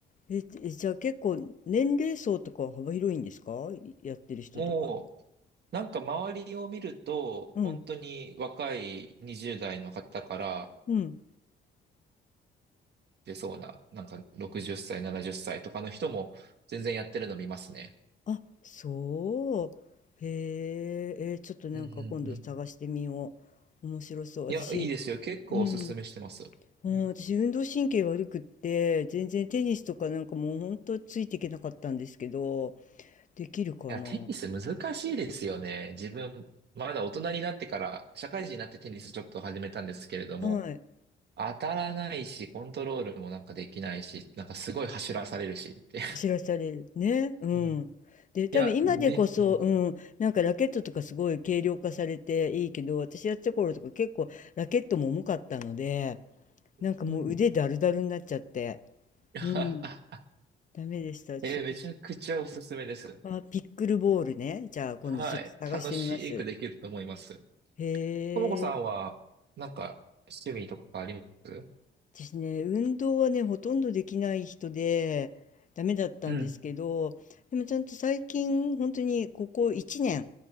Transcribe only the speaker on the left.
え、じえじゃあ結構年齢層とかは幅広いんですかいやってる人とか。
うん、
うん。
あ、そう。へえ、え、ちょっとなんか今度探してみよ
う。面白そう。私、
うん。うん、
私運動神経悪くって全然テニスとかなんかもうほんとついていけなかったんですけどできるかな
はい
走らされるねうんで多分今でこそ、
うん、なんかラケットとかすごい軽量化されていいけど私やってた頃とか結構ラケットも重かったのでなんかもう腕だるだるになっちゃって
うんダメでしたちょっとピ
ッ、あ、ピックルボールねじゃあ今度ちょっと探してみます
へ
え
私ね、運動はね、ほとんどできない人で、ダメだったんですけど、
でもちゃんと最近、本当にここ1年